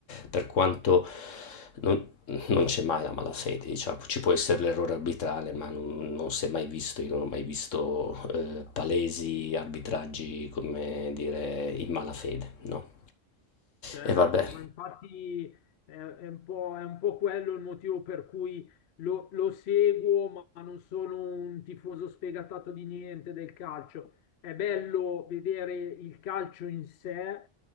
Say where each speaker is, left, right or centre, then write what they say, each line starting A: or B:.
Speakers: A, on the left; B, on the left.
A: per quanto non, non c'è mai la malafede, diciamo. ci può essere l'errore arbitrale, ma non, non si è mai visto, io non ho mai visto eh, palesi arbitraggi, come dire, in malafede, no.
B: Certo,
A: E vabbè,
B: ma infatti è, è un po', è un po' quello il motivo per cui lo, lo seguo, ma non sono un tifoso sfegatato di niente del calcio. È bello vedere il calcio in sé,